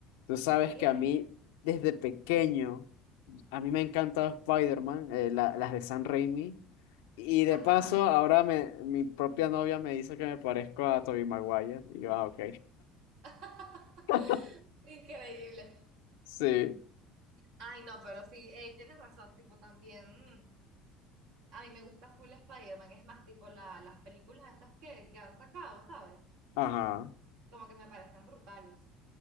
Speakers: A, on the left (about 80°); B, on the right (about 75°).
A: Tú sabes
B: Eh,
A: que a mí, desde pequeño, a mí me ha encantado Spider-Man, eh, la- las de San Raimi. Y de
B: ajá.
A: paso, ahora me, mi propia novia me dice que me parezco a Tobey Maguire. Y yo, ah, ok.
B: <laughs>
A: <laughs>
B: Increíble.
A: Sí,
B: Ay, no, pero sí, ey, tienes razón, tipo, también. mm, A mí me gusta full Spider-Man, es más, tipo la- las películas estas que, que han sacado, ¿sabes?
A: ajá,
B: Como que me parecen brutales.